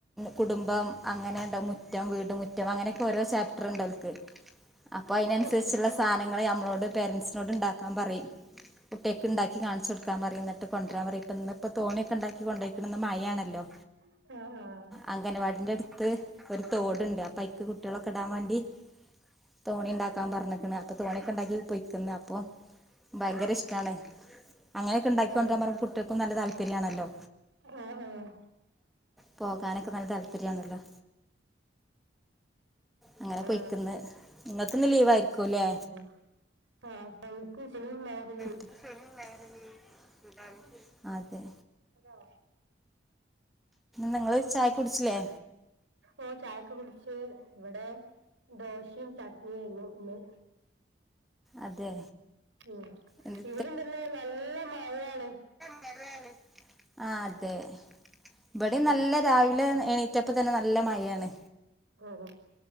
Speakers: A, in the centre; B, on the right.
A: കുടുംബം അങ്ങനെ ഇണ്ടാവും മുറ്റം വീട് മുറ്റം അങ്ങനെയൊക്കെ ഓരോ ചാപ്റ്റർ ഉണ്ട് ഓൽക്ക് അപ്പൊ അയിനൻസരിച്ച്ള്ള
B: ഓ
A: സാനങ്ങള് ഞമ്മളോട് പേരൻസിനോട് ഇണ്ടാക്കാൻ പറയും കുട്ടിയാക്ക് ഇണ്ടാക്കി കാണിച്ചു കൊടുക്കാൻ പറയും ഇന്നട്ട് കൊണ്ടരാൻ പറയും ഇപ്പ ഇന്ന്പ്പ തോണിയൊക്കെ ഇണ്ടാക്കി കൊണ്ടോയ്ക്ക്ണ് ഇന്ന് മയേണല്ലോ
B: ആഹ് ആഹ്
A: അംഗനവാടിന്റെ എട്ത്ത് ഒരു തോട്ണ്ട് അപ്പയിക്ക് കുട്ടിയാളൊക്കെ ഇടാൻ വാണ്ടി തോണി ഇണ്ടാക്കാൻ പറഞ്ഞ്ക്ക്ണ് അപ്പൊ തോണിയൊക്കെ ഇണ്ടാക്കി പൊയിക്ക്ന്ന് അപ്പൊ ഭയങ്കര ഇഷ്ടാണ് അങ്ങനെക്കെ ഇണ്ടാക്കി
B: ആണോ
A: കൊണ്ട്വരാൻ പറയുമ്പോ കുട്ടിയാക്കും നല്ല താല്പര്യാണല്ലോ
B: ആഹ് ആഹ്
A: പോകാനൊക്കെ നല്ല താല്പര്യാണല്ലോ? അങ്ങനെ
B: ആ
A: പൊയിക്ക്ന്ന് ഇങ്ങക്കിന്ന് ലീവ് ആയിരിക്കുംല്ലേ
B: ഉം. ആ നമക്ക് ഷെനിം ഞായറും ലീ
A: ഷെനിം ഞായറും ലീവ് ലീവാണ് അതെ
B: ഹലോ
A: നിങ്ങള് ചായൊക്കെ കുടിച്ചില്ലേ
B: ഓഹ് ചായൊക്കെ കുടിച്ച് ഇവിടെ ദോശിം ചട്നിയായിന്നു ഇന്ന്
A: അതെ
B: ഓ
A: എന്ത്
B: ഇവിടെണ്ട് ഇന്ന് നല്ല മഴയാണ്
A: <unintelligible> ആഹ് അതെ ഇവിടേം
B: ഉം.
A: നല്ല രാവിലെ എണീറ്റപ്പത്തന്നെ നല്ല മയെയാണ്
B: ഉം ഉം